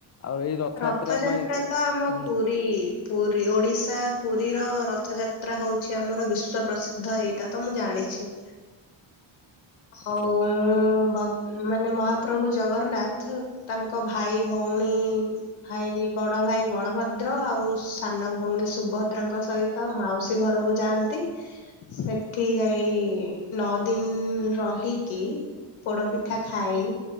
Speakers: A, on the left (about 35°); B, on the left (about 80°).
A: ଆଉ ଏଇ
B: ରଥଯାତ୍ରା
A: ପାଇଁ
B: ତ ଆମ
A: ହୁଁ
B: ପୁରୀ ପୁରୀ ଓଡିଶା ପୁରୀର ରଥଯାତ୍ରା ହଉଛି ଆମର ବିଶ୍ୱ ପ୍ରସିଦ୍ଧ ଏଇଟା ତ ମୁଁ ଜାଣିଛି।
A: ଆଚ୍ଛା
B: ଆଉ ଉଁ, ଭ-ମାନେ ମହାପ୍ରଭୁ ଜଗରନ୍ନାଥ ତାଙ୍କ ଭାଇ ଭଉଣୀ ଭାଇ ବଡ ଭାଇ ବଳଭଦ୍ର ଆଉ ସାନ ଭଉଣୀ ସୁଭଦ୍ରାଙ୍କ ସହିତ ମାଉସୀ ଘ ଘରକୁ ଯାଆନ୍ତି। ସେଠି
A: ହୁଁ
B: ଯାଇ ନଅ ଦିନ ରହିକି ପୋଡପିଠା
A: ହୁଁ
B: ଖାଇ